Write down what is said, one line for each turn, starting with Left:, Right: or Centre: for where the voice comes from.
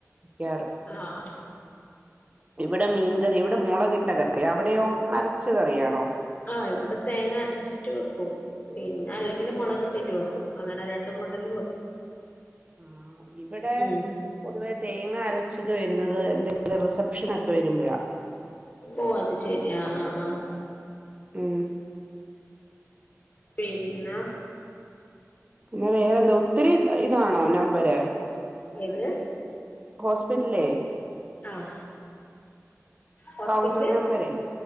Right: യാറം.
Left: ആ
Right: ഇവിടെ മീൻകറി. ഇവിടെ മുളകിട്ട കറി അവിടെയോ അരച്ച കറിയാണോ.
Left: ആഹ് ഇവിടെ തേങ്ങ അരച്ചിട്ട് വെക്കും. പിന്നെ അല്ലെങ്കിൽ മുളകിട്ടിട്ട് വെക്കും. അങ്ങനെ രണ്ടുമൂ ലും വെക്കും
Right: ആഹ് ഇവിടെ
Left: ഉം
Right: പൊതുവെ തേങ്ങ അരച്ചത് വരുന്നത് എന്തെങ്കിലും റിസപ്ഷൻ ഒക്കെ വരുമ്പളഴ
Left: ഓ അത് ശെരി ആഹ് ആഹ് ആഹ്
Right: ഉം
Left: പിന്നെ <inaudible>
Right: പിന്നെ വേറെന്തോ ഒത്തിരി ഇതാണോ നമ്പര്.
Left: ഏത്
Right: ഹോസ്പിറ്റ്ലേ.
Left: ആഹ് ഹോസ്പിറ്റല്
Right: കൗണ്ടർ നമ്പരെ.